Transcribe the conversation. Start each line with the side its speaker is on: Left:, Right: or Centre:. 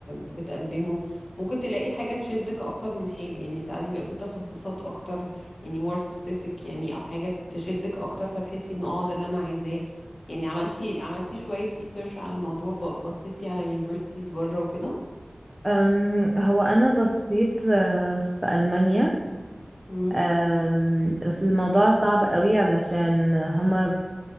Left: بتقدمه ممكن تلاقي حاجة تشدك اكتر من حاجة يعني ساعات بيبقى في تخصصات اكتر يعني more specific يعني او حاجة تشدك اكتر فتحسي ان اه ده اللي انا عايزاه يعني عملتي عملتي شوية ريسيرش على الموضوع ب- بصيتي على universities بره وكده
Right: أم هو أنا بصيت آه، في ألمانيا
Left: امم
Right: أم، بس الموضوع صعب قوي علشان هما